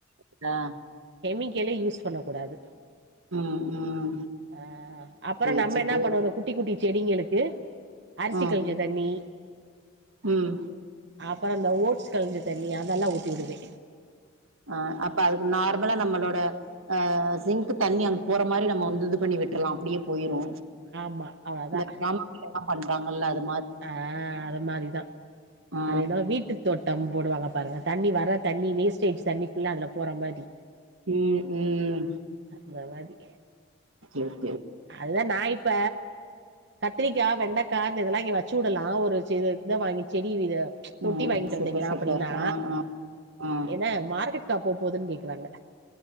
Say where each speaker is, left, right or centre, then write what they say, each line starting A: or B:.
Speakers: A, on the right; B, on the right.
A: எல்லா
B: கெமிக்கலே யூஸ் பண்ண கூடாது
A: ம் ம்
B: அ அப்புற
A: சேரி
B: நம்ம
A: சேரி
B: என்ன பண்ணுவோ அ இந்த குட்டி குட்டி செடிங்களுக்கு அரிசி
A: ம்
B: கொழஞ்ச தண்ணி
A: ம்
B: அப்புறம் இந்த ஓட்ஸ் கழெஞ்ச தண்ணி அதெல்லா ஊத்தி உடுவே
A: ஆ அப்ப அதுக்கு நார்மலா நம்மளோட ஆ ஜிங்க்கு தண்ணி அங்க போற மாரி நம்ம வந்து இது பண்ணி விட்ர்லாம் அப்டியே போயிரு
B: ஆமா அவ்ளதா
A: இந்த கிராமத்துலல்லா பண்றாங்கல்ல அது
B: ஆ அது மாரிதா
A: ஆ
B: அதன வீட்டு தோட்டம் போடுவாங்க பாருங்க தண்ணி வர தண்ணி வேஸ் ஸ்டேட் தண்ணிக்ஃபுள்ளா அதுல போற மாரி
A: ம் ம் ம்
B: ந்த மாதி
A: ஒகே
B: அதுதா நா இப்ப கத்திரிக்காய வெண்டக்காய் இந்த இதெல்லா இங்க வச்சு உடலா ஒரு ச இதான் வாங்கி செடி இத தொட்டி
A: ம்
B: வாங்கிட்டு
A: சூப்பர்
B: வந்தீங்கன்னா
A: சூப்பர்
B: அப்படின்னா
A: ஆ ஆ ஆ
B: என மார்க்கெட் போபோதுன்னு கேக்குறாங்க